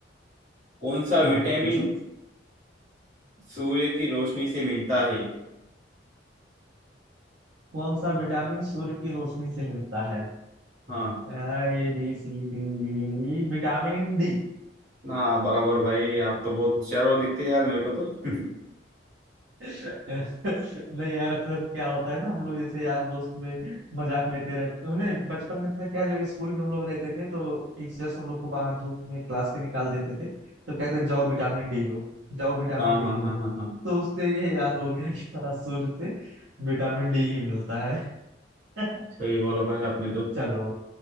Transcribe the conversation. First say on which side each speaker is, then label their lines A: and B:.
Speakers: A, on the right; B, on the right.
A: कौन सा
B: हाँ
A: विटामिन
B: पूछो
A: सूर्य की रोशनी से मिलता है
B: कौन सा विटामिन सूर्य की रोशनी से मिलता है
A: हाँ
B: A B C D vitamin D
A: हाँ बराबर भाई आप तो बहुत होशियार हो दिखते यार मेरे को तो <laughs>
B: नहीं यार अक्सर क्या होता है ना हम लोग जैसे यार दोस्त में मजाक लेते रहते उन्हें बचपन में था क्या जब स्कूल में हम लोग रहते थे तो टीचर्स हम लोग को बाहर धूप में क्लास के निकाल देते थे तो कहते जाओ विटामिन डी लो जाओ विटामिन
A: हाँ
B: डी
A: हाँ
B: लो
A: हाँ हाँ हाँ
B: तो उससे ये याद हो गया कि हाँ सूर्य से विटामिन डी ही मिलता है <laughs>
A: सही बोला भाई आपने तो
B: चलो